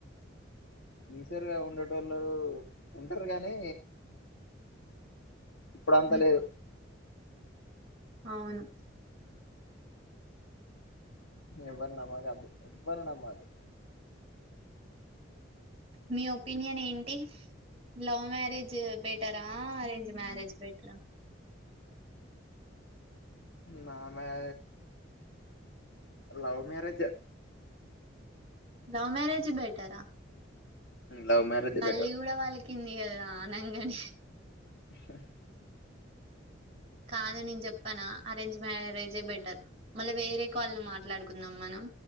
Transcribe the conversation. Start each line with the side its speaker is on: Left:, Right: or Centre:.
Left: సిన్సియర్గా ఉండేటోళ్ళు ఉంటారు గానీ ఇప్పుడంతా
Right: ఉమ్,
Left: లేదు
Right: అవును
Left: ఎవ్వరిన్నామక ఎవ్వరున్నామ్మాలీ
Right: మీ ఒపీనియన్ ఏంటి లవ్ మ్యారేజ్ బెటరా అరేంజ్ మ్యారేజ్ బెటరా
Left: నా మ్యా లవ్ మ్యారేజ్ యే
Right: లవ్ మ్యారేజ్ యే బెటరా
Left: లవ్ మ్యారేజ్
Right: బల్లి
Left: బెటర్
Right: కూడా పలికింది కిందిగదా అనగానే
Left: ఆహా
Right: కాదు నేను చెప్పానా అరేంజ్ మ్యారేజే బెటర్ మళ్ళా వేరే కాల్లో మాట్లాడుకుందాం మనం